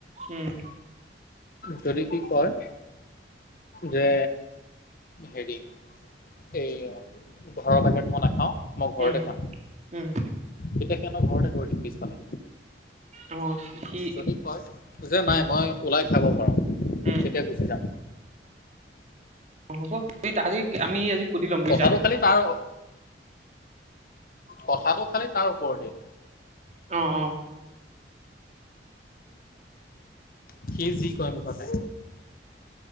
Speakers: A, on the right; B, on the left.
A: উম
B: যদি সি কয় যে হেৰি এই অ ঘৰৰ বাহিৰত মই নাখাও মই ঘৰতে
A: উম
B: খাম
A: উম
B: তেতিয়া সেতৰ ঘৰতে কৰি দিম পিছফালে
A: অ সি
B: যদি কয় যে নাই
A: উম
B: মই ওলাই খাব পাৰ
A: উম
B: তেতিয়া গুচি যাম
A: অ হ'ব আজি আমি আজি সুধি ল'ম বুজিছা
B: কথাটো খালি তাৰ কথাটো খালি তাৰ ওপৰতে
A: অ অ
B: সি যি কয় মুঠতে